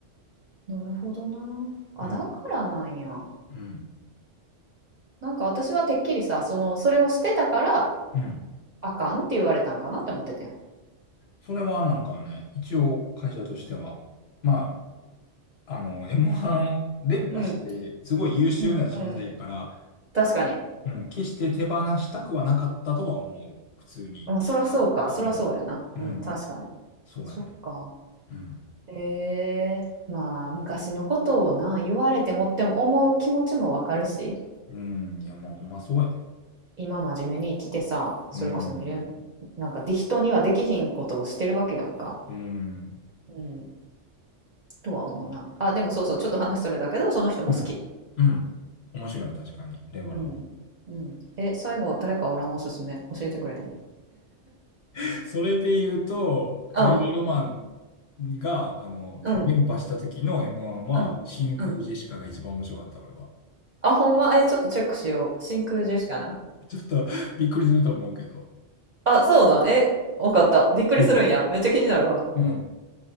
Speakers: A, on the right; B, on the left.
A: なるほどな。あ、
B: うん。
A: だからなんや。
B: うん。
A: なんか私はてっきりさ、その、それをしてたから
B: うん。
A: あかんって言われたんかなって思っててん。
B: それはなんかね、一応会社としては、まあ、あの、M1 連覇して、
A: うん、
B: すごい優秀な人材やから、
A: うん、うん。確かに。
B: うん、決して手放したくはなかったとは思う。普通に。
A: まあ、そらそうか。
B: うん。
A: そらそうやな。
B: うん。
A: うん、確かに。
B: そうやね。
A: そっか。
B: うん。
A: ええまあ昔のことをな言われてもっても思う気持ちもわかるし
B: うん。いや、まあ、ほんまそうやで。
A: 今真面目に生きてさそれこそに連
B: うん。
A: なんかで人にはできひんことをしてるわけやんか。
B: うん。
A: うん、とは思うな。あでもそうそうちょっと話それだけどその人も好き。
B: うん。うん。面白い、確かに。令和ロマン。
A: うん。うん。え最後誰かおらんおすすめ教えてくれへん。
B: <laughs> それで言うと、
A: うん
B: 令和ロマンが、あの、
A: うん
B: 連覇した時の M1 は、
A: うんうん
B: 真空ジェシカが一番面白かった、俺は。
A: あほんまえちょっとチェックしよう真空ジェシカな
B: ちょっとびっくりすると思うけど。
A: あそうなんえわかったびっくりするんやめっちゃ気になるわ
B: うん。うん。